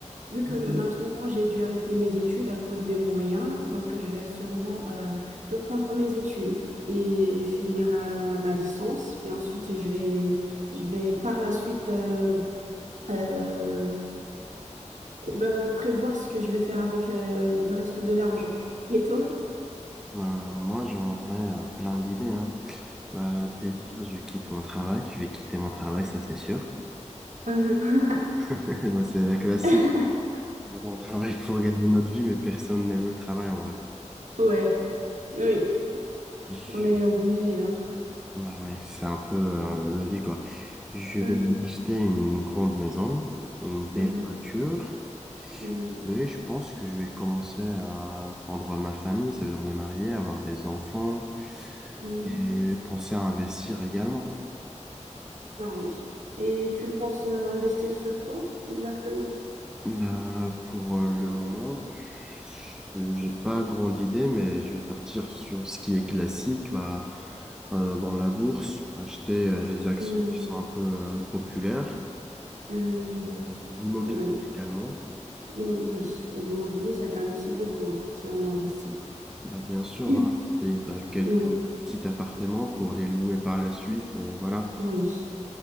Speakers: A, on the right; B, in the centre.
A: Vu que maintenant j'ai dû arrêter mes études à cause des moyens, donc je vais sûrement euh, reprendre mes études et finir euh, ma licence. Et ensuite, je vais, je vais par la suite euh, euh, pr- euh, prévoir ce que je vais faire avec euh, le reste de l'argent. Et toi?
B: Ben, moi, j'ai en vrai euh, plein d'idées, hein. Ben, déjà, je quitte mon travail. Je vais quitter mon travail, ça c'est sûr.
A: Mhm.
B: <laughs> Ben, c'est la classique.
A: <laughs>
B: On travaille pour gagner notre vie, mais personne n'aime le travail en vrai.
A: Ouais, oui,
B: Je-
A: on est obligé, hein.
B: ben ouais, c'est un peu euh, la vie, quoi. Je
A: Mhm,
B: vais m'acheter une grande maison, une belle
A: mhm,
B: voiture.
A: mhm,
B: Oui, je pense que je vais commencer à fondre ma famille, ça veut dire me marier, avoir des enfants
A: mhm.
B: et penser à investir également.
A: Ah oui. Et tu penses euh, investir sur quoi exactement?
B: Bah, pour euh, le moment, je- j'ai pas grande idée, mais je vais partir sur ce qui est classique, bah, euh, dans la bourse, acheter euh, les actions
A: Mhm,
B: qui sont un peu euh, populaires,
A: mhm.
B: Euh, l'immobilier
A: Oui,
B: également,
A: Immo- oui. Et l'immobilier, ça gagne aussi beaucoup hein, si on investit.
B: bah, bien sûr,
A: <coughs> <clears throat>
B: hein, acheter bah, quelques petits appartements pour les louer par la suite et voilà,
A: Oui,